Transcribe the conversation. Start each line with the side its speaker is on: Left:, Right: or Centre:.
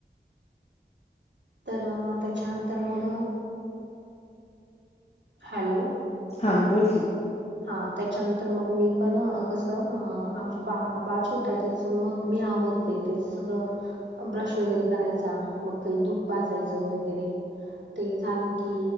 Right: तर आता त्याच्या अंतर मग. हॅलो.
Left: हा बोल की.
Right: हा त्याच्यानंतर मग मी पण अ कसं अ आमचं बा बाळ छोटा हे त्याच मग मी आवर ते तेचं सगळं ब्रश वगैरे करायचा. मग त्याल दूध पाजायचं वगैरे ते झालं की